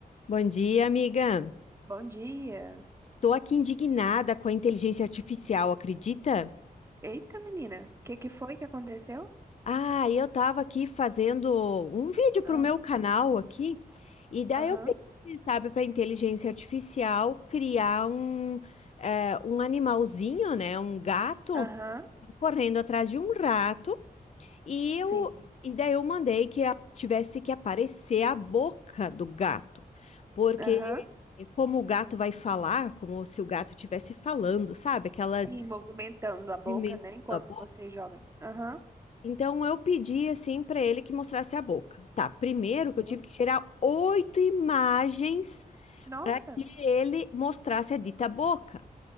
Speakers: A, on the left; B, on the right.
A: Bom dia, amiga.
B: Bom dia.
A: Tô aqui indignada com a inteligência artificial, acredita?
B: Eita, menina, o que que foi que aconteceu?
A: Ah, eu tava aqui fazendo um vídeo pro
B: Ah,
A: meu canal aqui, e daí
B: aham,
A: eu pedi, sabe, para inteligência artificial criar um, eh, um animalzinho, né, um gato
B: aham,
A: correndo atrás de um rato E eu,
B: sim,
A: e daí eu mandei que a- tivesse que aparecer a boca do gato, porque
B: aham,
A: como o gato vai falar, como se o gato estivesse falando, sabe? Aquelas
B: sim, movimentando a boca,
A: movimentos
B: né, enquanto
A: da boca.
B: você joga. Aham,
A: Então eu pedi assim para ele que mostrasse a boca. Tá, primeiro que eu
B: aham.
A: tive que tirar oito imagens
B: Nossa,
A: para que ele mostrasse a dita boca.